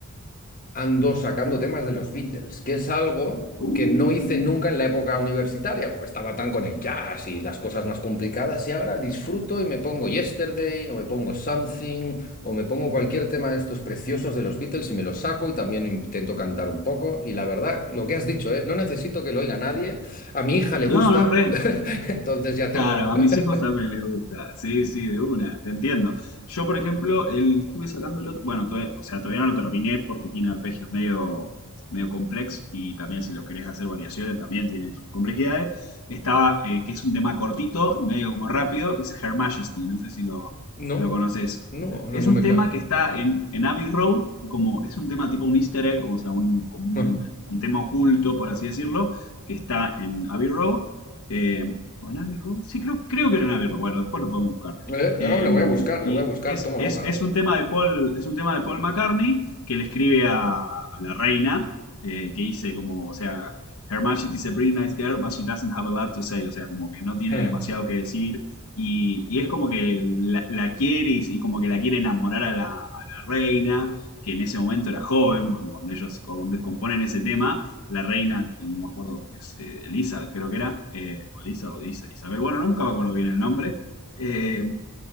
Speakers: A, on the left; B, on the left.
A: ando sacando temas de los Beatles, que es algo
B: Uh,
A: que no hice nunca en la época universitaria, porque estaba tan con el jazz y las cosas más complicadas, y ahora disfruto y me pongo Yesterday, o me pongo Something, o me pongo cualquier tema de estos preciosos de los Beatles y me los saco y también intento cantar un poco. Y la verdad, lo que has dicho, ¿eh? No necesito que lo oiga nadie, a mi hija le gusta,
B: no, no, re.
A: <laughs> entonces ya
B: Claro,
A: tengo un...
B: a mis hijos
A: <laughs>
B: también les gusta. Sí, sí, de una, te entiendo. Yo, por ejemplo, el, estuve sacándolo, bueno, todavía- o sea, todavía no lo terminé porque tiene arpegios medio, medio complex y también si lo querés hacer variaciones también tiene sus complejidades. Estaba, eh, que es un tema cortito y medio como rápido, que es Her Majesty, no sé si lo,
A: No,
B: lo conoces.
A: no,
B: Es
A: no, no
B: un
A: me
B: tema
A: cae.
B: que está en, en Abbey Road, como es un tema tipo un easter egg, o sea, un, como un,
A: <laughs>
B: un tema oculto, por así decirlo, que está en Abbey Road. eh, ¿O en Abbey Road? Sí, creo, creo que era en Abbey Road. Bueno, después lo podemos buscar.
A: Eh, No,
B: Eh,
A: no, le voy a buscar,
B: y
A: le voy a buscar,
B: es,
A: tomo
B: es,
A: nota.
B: es un tema de Paul, es un tema de Paul McCartney que le escribe a, a la reina, eh, que dice como, o sea, Her Majesty is a pretty nice girl, but she doesn't have a lot to say, o sea, como que no tiene
A: <laughs>
B: demasiado que decir. Y, y es como que la, la quiere y, y, como que la quiere enamorar a la, a la reina, que en ese momento era joven, porque cuando ellos cuando componen ese tema, la reina, que no me acuerdo que es eh, Elizabeth, creo que era, eh, o Elisa o Isa- Isabel, bueno, nunca me acuerdo bien el nombre, eh,